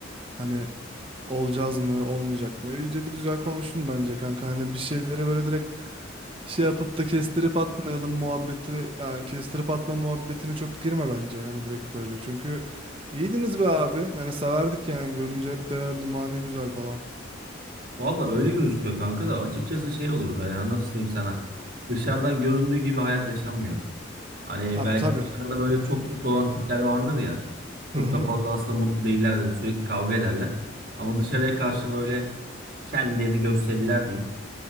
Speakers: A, on the right; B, on the right.
A: Hani olacağız mı, olmayacak mı? İyice bir güzel konuşun bence kanka. Hani bir şeylere böyle direkt şey yapıp da kestirip atmayalım muhabbeti, yani kestirip atma muhabbetine çok girme bence. Hani direkt böyle. Çünkü iyiydiniz be abi. Yani severdik yani görünce hep derlerdi "Ma ne güzel" falan.
B: Valla öyle gözüküyor kanka da açıkçası şey olur be ya nasıl diyeyim sana. Dışarıdan göründüğü gibi hayat yaşanmıyor. Hani
A: Abi
B: belki
A: tabii.
B: dışarıda böyle çok mutlu olan tipler vardır ya. Çok
A: Hı hı.
B: da fazla aslında mutlu değillerdir. Sürekli kavga ederler. Ama dışarıya karşı böyle kendilerini gösterirler diyeyim.